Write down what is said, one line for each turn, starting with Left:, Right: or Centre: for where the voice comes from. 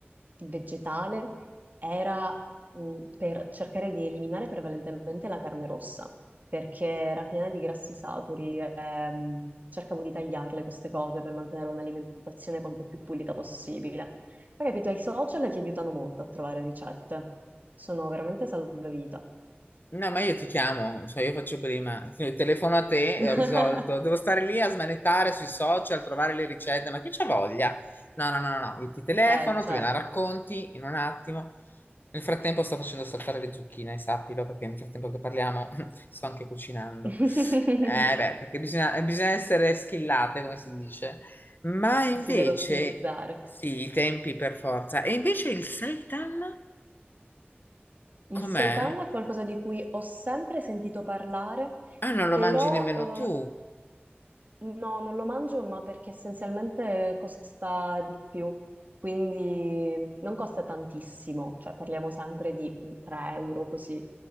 Right: vegetale era mh, per cercare di eliminare prevalentemente la carne rossa, perché era piena di grassi saturi. ehm, cercavo di tagliarle queste cose per mantenere un'alimentazione quanto più pulita possibile. Poi, capito, i social ti aiutano molto a trovare ricette. Sono veramente salvavita.
Left: No, ma io ti chiamo, cioè io faccio prima, Sì, telefono a te
Right: <laughs>
Left: e ho risolto. Devo stare lì a smanettare sui social, trovare le ricette, ma chi c'ha voglia? No, no, no, no, no, io ti telefono,
Right: Eh, certo.
Left: tu me la racconti in un attimo. Nel frattempo sto facendo saltare le zucchine, sappilo, perché nel frattempo che parliamo <laughs> <clears throat> sto anche cucinando.
Right: <laughs>
Left: Eh beh, perché bisogna, bisogna essere schillate, come si dice. Ma invece,
Right: Si deve ottimizzare.
Left: sì, i tempi per forza. E invece il seitan
Right: Il
Left: com'è?
Right: seitan è qualcosa di cui ho sempre sentito parlare,
Left: Ah, non lo
Right: però
Left: mangi nemmeno
Right: eh,
Left: tu.
Right: No, non lo mangio, ma perché essenzialmente costa di più, quindi non costa tantissimo, cioè parliamo sempre di 3 euro così,